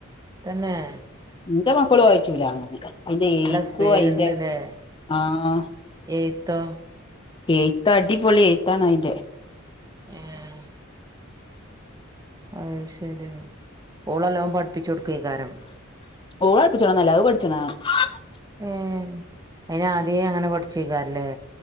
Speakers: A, on the right; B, on the left.
A: തന്നേ
B: ഇന്റെ മക്കളു വായിക്കൂല അങ്ങനെ. അയ്ന്റെ എയ്ത്തും
A: സ്പീഡിലില്ലേ
B: അയ്ന്റെ ആഹ്
A: എഴുത്തോ
B: എയ്ത്ത് അടിപൊളി എഴുത്താനതിന്റെ
A: <unintelligible> അയ് ശരി ഓളെല്ലും പഠിപ്പിച്ചു കൊടുക്കക്കാരം
B: ഓള് അടുപ്പിച്ചല്ല <unintelligible>
A: ഏയ് അയിന ആദ്യേ അങ്ങനെ പഠിച്ചക്കാല്ലേ